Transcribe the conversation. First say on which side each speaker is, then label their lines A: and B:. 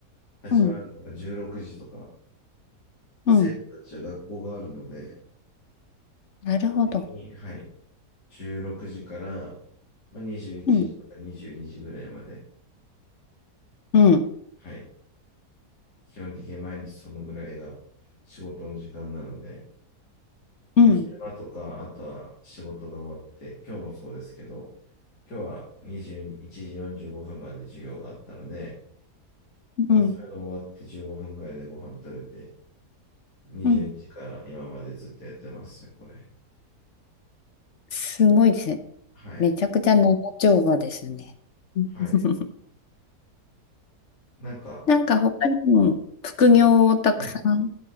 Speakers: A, on the left; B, on the left.
A: 始まるのが16時とか、
B: うん
A: 生徒たちは学校があるので、
B: うん。なるほど。
A: 基本的に、はい、16時から、まあ、21時とか22時ぐらいまで、
B: うん。うん。
A: はい、基本的に毎日そのぐらいが仕事の時間なので、
B: うん。
A: 昼間とか、あとは仕事が終わって、今日もそうですけど、今日は21時45分まで授業があったので、まあ、
B: うん。
A: それが終わって15分ぐらいでご飯食べて、22時から今までずっとやってますよ、
B: うん。
A: これ。
B: すごいですね。
A: はい。
B: めちゃくちゃ長丁場ですね。うん
A: はい。
B: <laughs>
A: なんか、
B: なんか他にも副業をたくさん
A: 人と、はい。